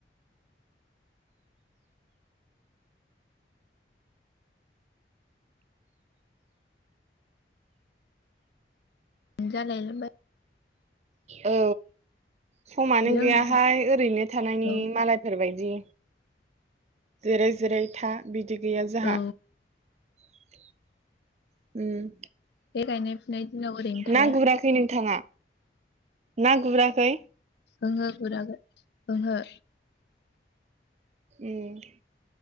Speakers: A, on the left; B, on the right.
A: <unintelligible>
B: औ समानो
A: हेलौ
B: गैयाहाय
A: नोंथां
B: ओरैनो थानायनि
A: औ
B: मालायफोरबायदि। जिराय जिराय था बिदि गैया जोंहा।
A: औ
B: <inaudible> उम।
A: बे गायनाय फुनाय दिनाव ओरैनो थाया
B: ना गुराखै नोंथाङा ना गुराखै?
A: ओंहो गुराखै ओंहो।
B: उम।